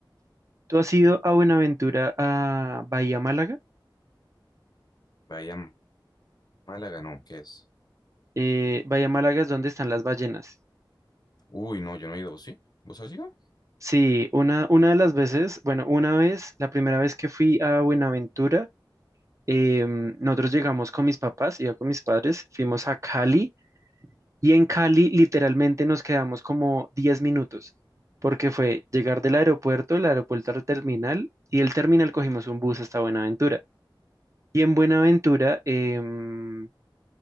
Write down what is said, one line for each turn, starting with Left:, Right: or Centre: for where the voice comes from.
Right: ¿Tú has ido a Buenaventura, a Bahía Málaga?
Left: Vaya, Málaga, no, ¿qué es?
Right: Eh, Bahía Málaga es donde están las ballenas.
Left: Uy, no, yo no he ido, ¿vos sí? ¿Vos has ido?
Right: Sí, una, una de las veces, bueno, una vez, la primera vez que fui a Buenaventura, em, nosotros llegamos con mis papás, iba con mis padres, fuimos a Cali y en Cali literalmente nos quedamos como 10 minutos, porque fue llegar del aeropuerto, el aeropuerto al terminal y del terminal cogimos un bus hasta Buenaventura. Y en Buenaventura, em,